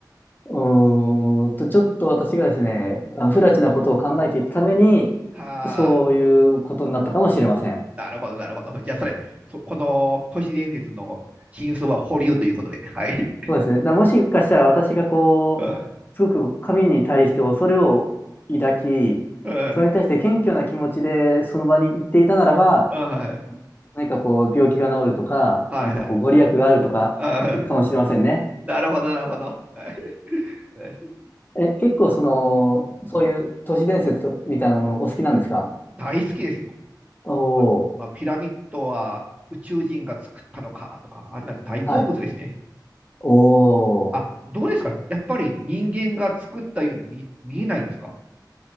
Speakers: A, on the left (about 25°); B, on the right (about 20°).
A: うーんと、ちょっと私がですね、
B: うん。
A: あの不埒なことを考えていたために、
B: はあ。
A: そういうことになったかもしれません。
B: なるほど、なるほど。じゃあ、それ、そ、この都市伝説の真相は保留ということで。はい。
A: そうですね。だからもしかしたら私がこう、
B: うん
A: すごく神に対して恐れを抱き、
B: うん
A: それに対して謙虚な気持ちでその場に行っていたならば、
B: あはい。
A: 何かこう病気が治るとか、
B: はいはい。
A: なんかこうご利益があるとかかもしれませんね。
B: あなるほど、なるほど。はいはい
A: え、結構その、
B: うん
A: そういう都市伝説とみたいなものお好きなんですか
B: 大好きですよ。
A: おお
B: あ、あピラミッドは宇宙人が作ったのかとか、あんな大好物ですね。
A: ー、はい。おお、
B: あ、どうですかやっぱり人間が作ったように見、見えないんですか